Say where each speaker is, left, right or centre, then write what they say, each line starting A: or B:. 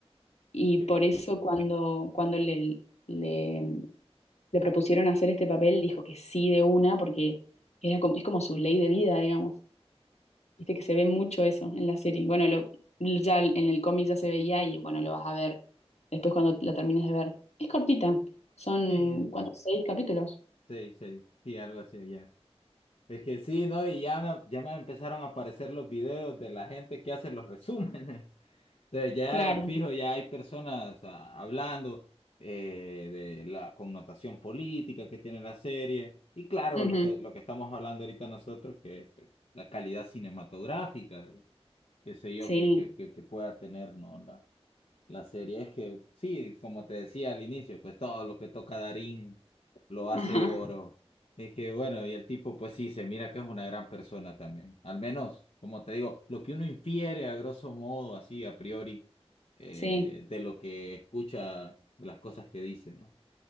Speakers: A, on the left; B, on the left.
A: Y
B: Ok.
A: por eso cuando, cuando le, le, le propusieron hacer este papel, dijo que sí de una, porque era como, es como su ley de vida, digamos. Viste que se ve mucho eso en la serie. Bueno, lo, ya en el cómic ya se veía y bueno, lo vas a ver después cuando la termines de ver. Es cortita, son,
B: Sí,
A: ¿cuántos? Seis capítulos.
B: sí, sí, sí, algo así allá. Es que sí, ¿no? Y ya me, ya me empezaron a aparecer los videos de la gente que hace los resúmenes. <laughs> Entonces ya
A: Claro,
B: fijo, ya hay personas ah, hablando eh, de la connotación política que tiene la serie. Y claro,
A: ujú,
B: lo que, lo que estamos hablando ahorita nosotros, que es pues, la calidad cinematográfica. qué sé yo,
A: Sí,
B: que, que, que, que pueda tener, ¿no? La, la serie es que, sí, como te decía al inicio, pues todo lo que toca Darín lo hace
A: ajá,
B: oro. Es que, bueno, y el tipo, pues sí, se mira que es una gran persona también. Al menos, como te digo, lo que uno infiere a grosso modo, así, a priori, eh,
A: sí,
B: de lo que escucha, de las cosas que dice, ¿no?